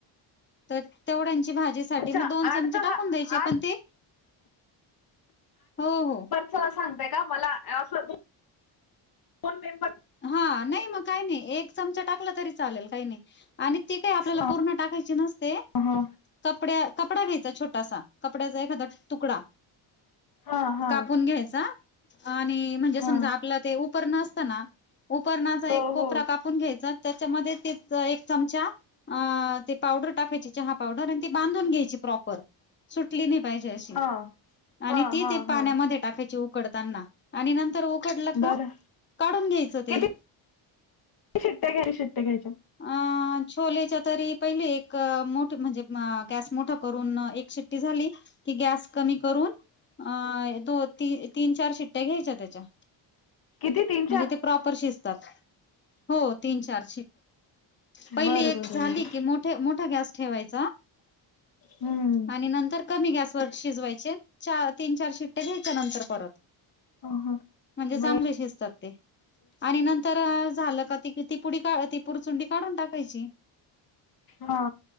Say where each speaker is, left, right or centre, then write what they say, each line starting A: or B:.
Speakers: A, on the left; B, on the left.
A: तर तेवढ्यांची भाज
B: अच्छा
A: मग दोन
B: आठ
A: चमचे
B: दहा
A: टाकून द्यायचे
B: आठ
A: पण ते हो हो
B: अस सांगताय का मला असं दोन मेंबर
A: हा नाही मग काही नाही एक चमचा टाकला तरी चालेल काही नाही आणि ती काय आपल्याला
B: हा
A: पूर्ण टाकायची नसते
B: हा
A: कपड्या कपडा घ्यायचा छोटासा कपड्याचा एखादा तुकडा
B: हा
A: कापून घ्यायचा आणि म्हणजे
B: हा
A: समजा आपलं ते उपर नसतना उपरणाचा
B: हो
A: एक कोपरा
B: हो
A: कापून घ्यायचा त्याच्यामध्ये ते एक चमचा अ ते पावडर टाकायची चहा पावडर आणि ते बांधून घ्यायची प्रॉपर सुटली नाही पाहिजे अशी
B: हा हा
A: आणि ती
B: हा
A: ते पाण्यामध्ये
B: हा
A: टाकायची उकडताना आणि नंतर उकडलं का
B: बरं
A: काढून घ्यायचं ते
B: किती शिट्ट्या घ्याली शिट्ट्या घ्यायच्या
A: अ छोलेच्या तरी पहिले एक मोठ म्हणजे गॅस मोठ करून एक श झाली की गॅस कमी करून अ दोी तीन चार शिट्ट्या घ्यायच्या त्याच्या
B: किती तीन
A: म्हणजे
B: चार
A: ते प्रपर शजतात तीन चार पहिली
B: बरं
A: एक
B: बरं बरं
A: झाली की मोठ मोठा गॅस ठेवायचा
B: हम्म
A: आणि नंतर कमी गॅसवरर शिजवायचे चार तीन चार शिट्टे घ्यायच्या नंतर परत
B: ह ह
A: म्हणजे चांगले
B: बर
A: शिजतात ते. आणि नंतर झालं का त ती पुढ का ती पुरचुंडी काढून टाकायची.
B: हा.